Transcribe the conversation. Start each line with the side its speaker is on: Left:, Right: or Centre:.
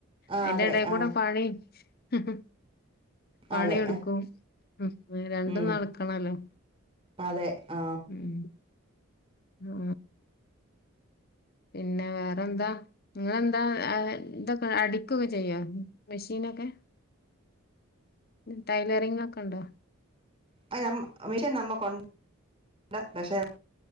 Right: ആ
Left: അയിന്റെ
Right: അതെ
Left: എടെകൂടെ
Right: ആ
Left: പണീം ഹ് ഹ് പണിട്ക്കും
Right: അതെ
Left: മ് രണ്ടും
Right: ഉം.
Left: നടക്കണല്ലോ
Right: അതെ ആ
Left: മ് ആ പിന്നെ വേറെന്താ നിങ്ങളെന്താ <unintelligible> ഇതൊ ക്കെ അടിക്കൊക്കെ ചെയ്യോ മിഷീനൊക്കെ ടൈലറിങ്ങോക്കെണ്ടോ
Right: അ നമ്മ മിഷീൻ നമ്മക്കൊണ്ട് പക്ഷെ